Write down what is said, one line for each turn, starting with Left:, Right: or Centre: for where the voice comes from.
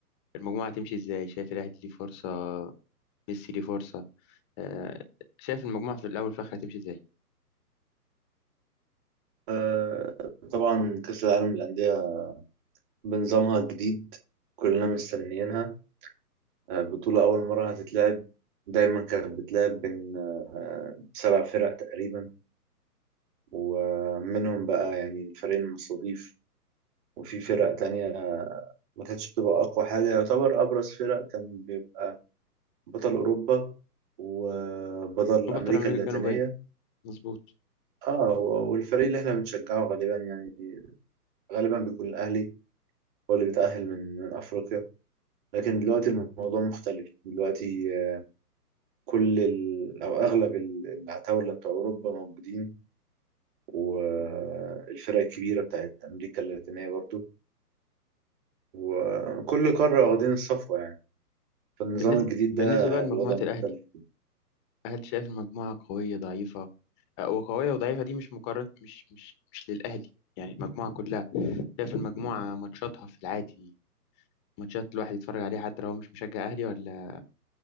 Left: المجموعة تمشي إزاي شايف الأهلي ليه فرصة ميسي ليه فرصة آه شايف المجموعة في الأول في الآخر هتمشي إزاي
Right: آه، طبعا كأس العالم للأندية بنظامها الجديد كلنا مستنيينها آه، بطولة أول مرة هتتلعب دايما كانت بتلعب بين آه، سبع فرق تقريبا ومنهم بقى يعني الفريق المستضيف وفي فرق تانية ما كانتش بتبقى أقوى حاجة يعتبر أبرز فرق كان بيبقى بطل أوروبا وبطل
Left: وبطل
Right: أمريكا
Left: أمريكا
Right: اللاتينية
Left: الجنوبية مظبوط
Right: اه والفريق اللي احنا بنشجعه غالبا يعني غالبا بيكون الأهلي هو اللي بيتأهل من من أفريقيا لكن دلوقتي الموضوع مختلف دلوقتي آه، كل ال... أو أغلب ال- العتاولة بتوع أوروبا موجودين والفرق الكبيرة بتاعت أمريكا اللاتينية برضو وكل قارة واخدين الصفوة يعني فالنظام
Left: بالنسبة
Right: الجديد
Left: بالنسبة
Right: ده
Left: بقى لمجموعة
Right: الوضع مختلف
Left: الأهلي هل شايف المجموعة قوية ضعيفة آه، وقوية وضعيفة دي مش مقارنة مش مش مش للأهلي يعني المجموعة كلها شايف المجموعة ماتشاتها في العادي ماتشات الواحد يتفرج عليها حتى لو هو مش مشجع أهلي ولا